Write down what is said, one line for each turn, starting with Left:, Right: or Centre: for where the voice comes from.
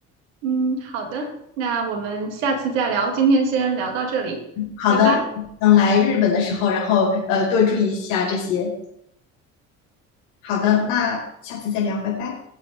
Right: 嗯，好的，那我们下次再聊，今天先聊到这里，
Left: 好的，
Right: 拜拜。
Left: 等来日本的时候，然后呃多注意一下这些。好的，那下次再聊，拜拜。